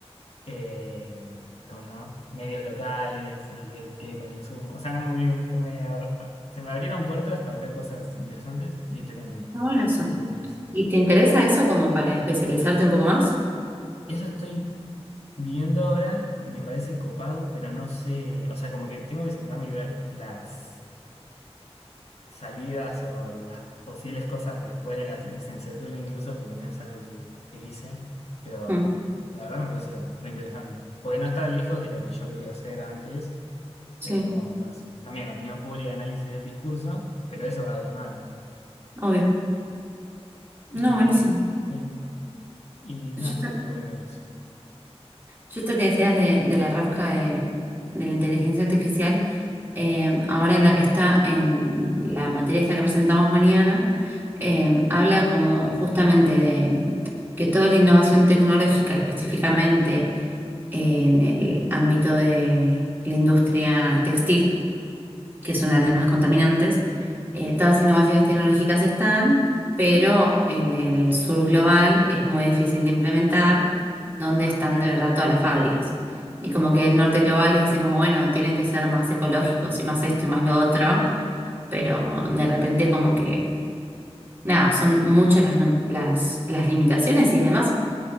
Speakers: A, on the left; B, on the right.
A: eh, ¿cómo se llama? Medios locales y qué, qué consumo. O sea, como que, que me, abr- se me abrieron puertas para hacer cosas interesantes y estoy contento
B: Está bueno eso.
A: de que estoy con eso.
B: ¿Y te interesa eso como para especializarte un poco más?
A: Eso estoy viendo ahora, me parece copado, pero no sé, o sea, como que tengo que sentarme y ver las salidas o las posibles cosas después de la licenciatura incluso, que no es algo que, que hice, pero
B: Mm,
A: la verdad me parece re interesante, porque no está lejos de lo que yo quería hacer antes
B: sí,
A: que es como más también opinión pública, análisis del discurso, pero eso va de la mano.
B: obvio.
A: Y
B: No, buenísimo.
A: sí, y no
B: Yo
A: estoy
B: esto,
A: laburando en eso.
B: yo esto que decías de, de la rosca de, de la inteligencia artificial, eh, ahora en la que está en la materia esta que presentamos mañana, eh, habla como justamente de que toda la innovación tecnológica, específicamente en el ámbito de la industria textil, que es una de las más contaminantes. Eh, todas las innovaciones tecnológicas están, pero en el sur global es muy difícil de implementar, donde están de verdad todas las fábricas. Y como que el norte global les dicen como, bueno, tienen que ser más ecológicos y más esto y más lo otro, pero de repente como que, nada, son muchas las, no- las, las limitaciones y además